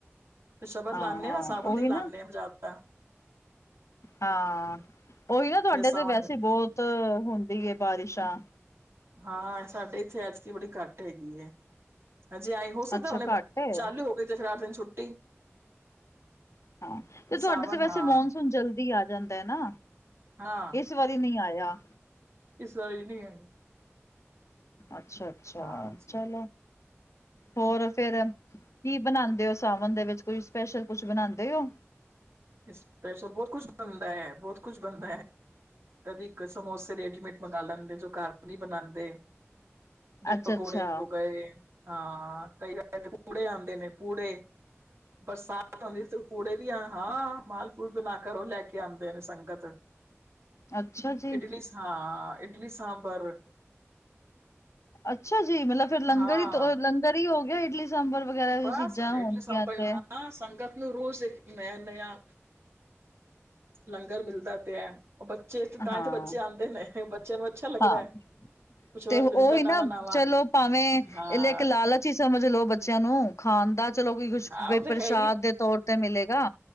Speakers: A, on the right; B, on the left.
A: ਤੇ ਸ਼ਬਦ
B: ਹਾਂ,
A: ਲਾਣੇ
B: ਹਾਂ
A: ਹਾ ਨਾ ਸਾਵਣ
B: ਉਹੀ
A: ਦੀ ਲਾਦੇ
B: ਨਾ
A: ਹਾਂ ਜ਼ਿਆ ਆ।
B: ਹਾਂ, ਉਹੀ ਨਾ ਤੁਹਾਡੇ ਤੇ
A: ਸਾਵਣ
B: ਵੈਸੇ ਬਹੁਤ ਹੁੰਦੀ ਹੈ ਬਾਰਿਸ਼ਾਂ।
A: ਹਾਂ ਸਾਡੇ ਇੱਥੇ ਅਜਕੀ ਬੜੀ ਘੱਟ ਹੈਗੀ ਹੈ। ਹਾਂਜੀ ਆਏ ਹੋ ਸਕਦਾ
B: ਅੱਛਾ
A: ਹੁਣੇ
B: ਘੱਟ ਏ।
A: ਚਾਲੂ ਹੋ ਗਏ ਤੇ ਫੇਰ ਆਠ ਦਿਨ ਛੁੱਟੀ।
B: ਹਾਂ ਤੇ ਤੁਹਾਡੇ
A: ਸਾਵਨ
B: ਤੇ ਵੈਸੇ
A: ਹਾਂ
B: ਮੌਨਸੂਨ ਜਲਦੀ ਆ ਜਾਂਦਾ ਹੈ ਨਾ।
A: ਹਾਂ।
B: ਇਸ ਵਾਰੀ ਨਹੀਂ ਆਇਆ।
A: ਇਸ ਵਾਰੀ ਵੀ ਨਹੀਂ ਆਇਆ।
B: ਅੱਛਾ, ਅੱਛਾ
A: ਹਾਂਜੀ
B: ਚਲੋ ਹੋਰ ਫੇਰ? ਕੀ ਬਣਾਉਂਦੇ ਹੋ ਸਾਵਣ ਦੇ ਵਿੱਚ ਕੋਈ ਸਪੈਸ਼ਲ ਕੁਛ ਬਣਾਉਂਦੇ ਹੋ?
A: ਸਪੈਸ਼ਲ ਬਹੁਤ ਕੁਛ ਬਣਦਾ ਹੈ, ਬਹੁਤ ਕੁਛ ਬਣਦਾ ਹੈ। ਕਦੀ ਇੱਕ ਸਮੋਸੇ ਰੈਡੀਮੇਡ ਮੰਗਵਾ ਲੈਂਦੇ ਜੋ ਘਰ ਨਹੀਂ ਬਣਾਉਂਦੇ। ਬਰੈਡ
B: ਅੱਛਾ,
A: ਪਕੌੜੇ
B: ਅੱਛਾ
A: ਹੋ ਗਏ, ਹਾਂ ਕਈ ਵਾਰ ਪੂੜੇ ਆਉਂਦੇ ਨੇ ਪੂੜੇ ਬਰਸਾਤ ਹੁੰਂਦੀ ਤੇ ਪੂੜੇ ਵੀ ਆ ਹਾਂ ਮਾਲ ਪੂਲ ਬਣਾ ਕਰ ਉਹ ਲੈ ਕੇ ਆਉਂਦੇ ਨੇ ਸੰਗਤ?
B: ਅੱਛਾ ਜੀ।
A: ਇਡਲੀ ਹਾਂ ਇਡਲੀ ਸਾਂਬਰ।
B: ਅੱਛਾ ਜੀ, ਮਤਲਬ ਫੇਰ ਲੰਗਰ
A: ਹਾਂ
B: ਹੀ ਲੰਗਰ ਹੀ ਹੋ ਗਿਆ ਇਡਲੀ ਸਾਂਬਰ। ਔਰ ਵਗੈਰਾ
A: ਬਸ
B: ਵੀ ਚੀਜ਼ਾਂ ਹੋਣਗਆਂ
A: ਇਟਲੀ ਸਾਂਬਰ
B: ਇੱਥੇ।
A: ਹਾਂ ਸੰਗਤ ਨੂੰ ਰੋਜ਼ ਇੱਕ ਨਯਾ, ਨਯਾ ਲੰਗਰ ਮਿਲਦਾ ਪਿਆ। ਉਹ ਬੱਚੇ ਇੱਥੇ ਤਾਂ
B: ਹਾਂ।
A: ਹੀ ਤੇ ਬੱਚੇ ਆਉਂਦੇ ਨੇ ਬੱਚਿਆਂ ਨੂੰ ਅੱਛਾ ਲੱਗਦਾ
B: ਹਾਂ,
A: ਹੈ। ਕੁਛ ਉਹਨਾਂ
B: ਤੇ
A: ਨੂੰ ਮਿਲਦਾ
B: ਉਹੀ
A: ਨਵਾਂ
B: ਨਾ
A: ਨਵਾਂ
B: ਚਲੋ ਭਾਵੇਂ
A: ਹਾਂ
B: ਇੱਕ ਲਾਲਚ ਹੀ ਸਮਝ ਲੋਓ ਬੱਚਿਆਂ ਨੂੰ ਖਾਣ ਦਾ ਚਲੋ ਕੋਈ ਭਈ ਕੁਛ
A: ਹਾਂ ਉਹ ਤਾਂ
B: ਪ੍ਰਸ਼ਾਦ
A: ਹੈ
B: ਦੇ ਤੌਰ ਤੇ ਮਿਲੇਗਾ